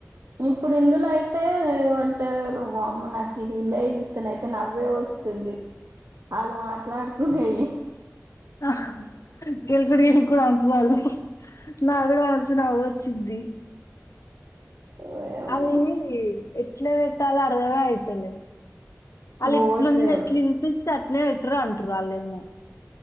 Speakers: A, on the right (about 80°); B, on the left (about 70°).
A: ఇప్పుడు ఇందులో అయితే బట్ నువ్వు వామ్మో నాకు ఇది ఇల్లే చూస్తున్నయితే నవ్వే వస్తుంది. ఆళ్ళు మాట్లాడుకునేయి
B: ఆ క కుడి వెల్ కుడా అంటారు వాళ్లు నా కూడా మస్తు నవ్వచ్చిది.
A: ఓయమ్మో
B: అవి ఎట్ల పెట్టాల అర్థమే అయితలేదు ఆళ్ళ ఏట్లుంది
A: ఓ దేవుడు
B: ఎట్లా ఇనిపిస్తే అట్లనే పెటరు అంటారు వాళ్ళేమో